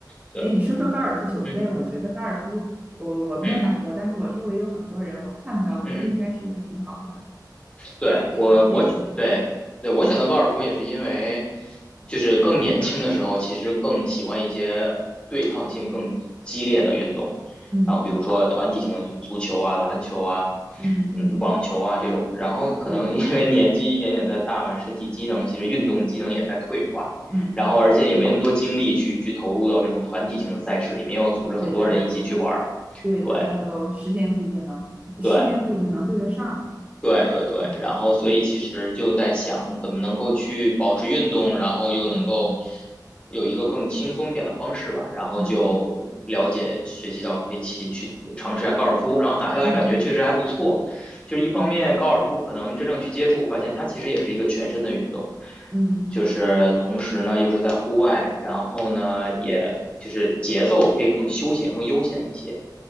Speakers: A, on the left (about 15°); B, on the right (about 20°).
A: 对，
B: 哎，你说说高尔夫球呗？
A: 嗯
B: 我觉得高尔夫，我我没有打过，
A: 嗯
B: 但是我周围有很多人，我看到，我觉得应该是一个挺好的，
A: 嗯。对我我对对我选择高尔夫也是因为，
B: 也挺吸引人。
A: 就是更年轻的时候，其实更喜欢一些对抗性更激烈的运动，
B: 嗯
A: 然后比如说团体性的就足球啊、篮球啊、
B: 嗯嗯，
A: 嗯网球啊这种，然后可能因为年纪一点点在大嘛，
B: 对对，
A: 身体机能其实运动机能也在退化，
B: 嗯
A: 然后而且也没那么多精力去去投入到这种团体性的赛事里面，要组织很多人一起去玩儿，
B: 对，大家组，对大家都时间不一定能，
A: 对
B: 时间不一定能对得上。
A: 对，对对对，
B: 嗯
A: 然后所以其实就在想怎么能够去保持运动，然后又能够
B: 嗯
A: 有一个更轻松一点的方式吧，然后就了解学习到可以去去尝试一下高尔夫，
B: 嗯
A: 然后打下来感觉确实还不错。
B: 嗯
A: 就是一方面高尔夫可能真正去接触，
B: 嗯
A: 发现它其实也是一个全身的运动，
B: 嗯，
A: 就是同时呢又是在户外，然后呢也就是节奏可以更休闲、更悠闲一些，